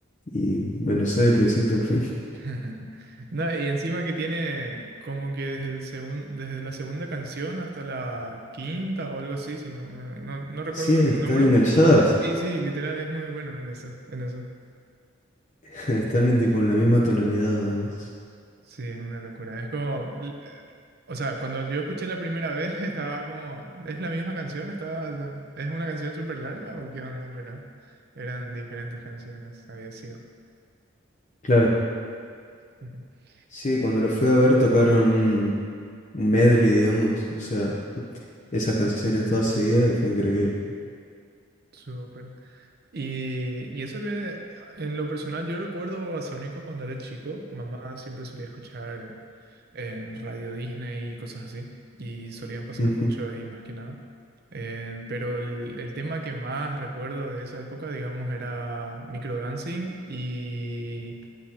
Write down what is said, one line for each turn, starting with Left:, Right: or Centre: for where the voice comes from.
Left: y me lo sé de principio a fin. <laughs>
Right: <laughs> No, y encima que tiene como que desde el segun- desde la segunda canción hasta la quinta o algo así, si no, me- no, no recuerdo
Left: Sí, están
Right: el número.
Left: enganchadas.
Right: Sí, sí, literal es muy bueno en eso, en eso.
Left: <laughs> Están en tipo en la misma tonalidad además.
Right: Sí, es una locura. Es como, l- eh, o sea, cuando yo escuché la primera vez <laughs> estaba como, ¿es la misma canción? Estaba, ¿es una canción súper larga o qué onda? Pero eran diferentes canciones, había sido.
Left: Claro,
Right: <laughs>
Left: sí, cuando lo fui a ver tocaron un un medley, digamos. O sea, esas canciones todas seguidas y fue increíble.
Right: Súper. Y, y eso que en lo personal yo recuerdo a Sónicos cuando era chico, mamá siempre solía escuchar en Radio Disney y cosas así, y solían pasar
Left: Ujú.
Right: mucho ahí más que nada. Eh, pero el, el tema que más recuerdo de esa época, digamos, era microdancing y,